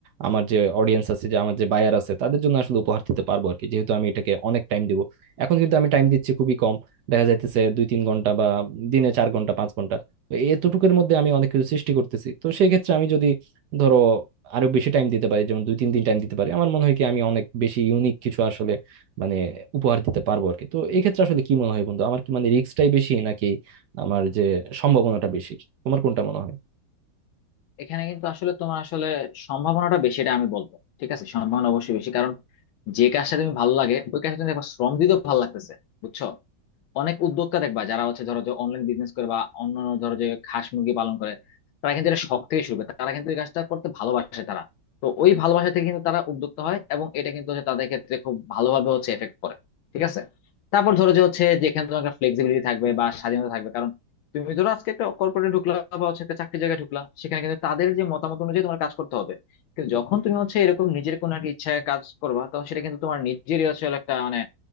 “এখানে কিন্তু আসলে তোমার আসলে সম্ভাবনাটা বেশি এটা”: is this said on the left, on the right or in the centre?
Left